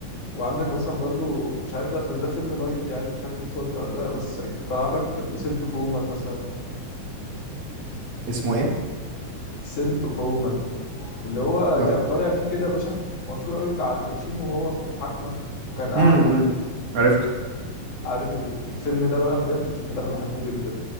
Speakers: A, on the left; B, on the right.
A: وعندك مثلا برضو مش عارف ده بس ده فيلم لايت يعني مش عارف شفته انت ولا لا بس اكيد طلع لك سنت اوف وومن مثلا
B: اسمه إيه؟
A: سنت اوف وومن اللي هو
B: لا
A: كان طالع فيه كده مشهد مشهور قوي بتاع الباتشينو وهو في محاكمة وكان اعمى
B: امم عرفت
A: عارف ال- الفيلم ده بقى بجد الفيلم ده انا بحبه جدا